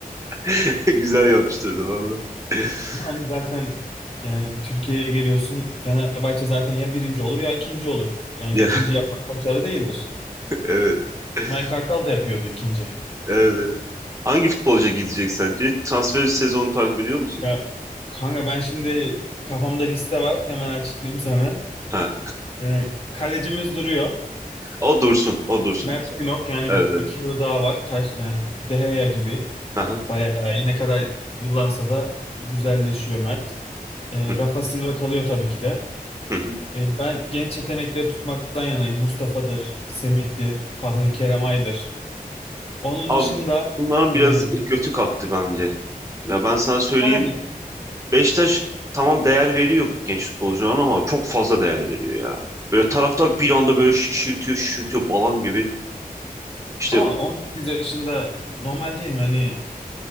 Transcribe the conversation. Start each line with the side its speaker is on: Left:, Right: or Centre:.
Right: <laughs> Güzel yapıştırdı valla. <laughs>
Left: Ama hani zaten yani Türkiye'ye geliyorsun Fenerbahçe zaten ya birinci olur ya ikinci olur. Yani
Right: Ya,
Left: ikinci yapmak başarı değildir.
Right: Evet. <laughs>
Left: Mike Kartal da yapıyordu ikinci.
Right: Evet, evet. Hangi futbolcuya gidecek sence? Transfer sezonu takip ediyor musun?
Left: Ya kanka ben şimdi kafamda liste var hemen açıklayayım sana.
Right: Ha.
Left: Ee, kalecimiz duruyor.
Right: O dursun. O dursun
Left: Mert
Right: biz abi.
Left: Günok yani
Right: Evet, evet.
Left: iki yılı daha var. Taş yani Deheya gibi.
Right: Aha.
Left: Bayağı iyi ne kadar yıllansa da güzelleşiyor Mert. Ee,
Right: Hı hı.
Left: Rafa Silva kalıyor tabii ki de.
Right: Hı hı.
Left: Ee, ben genç yetenekleri tutmaktan yanayım. Mustafa'dır, Semih'tir, Fahri Kerem Ay'dır. Onun
Right: Abi
Left: dışında
Right: bunların biraz
Left: e,
Right: götü kalktı bence. Ya ben sana söyleyeyim.
Left: yani
Right: Beşiktaş tamam değer veriyor genç futbolcularına ama çok fazla değer veriyor ya. Böyle taraftar bir anda böyle şişirtiyor, şişirtiyor falan gibi. İşte
Left: ama 18 yaşında normal değil mi? Hani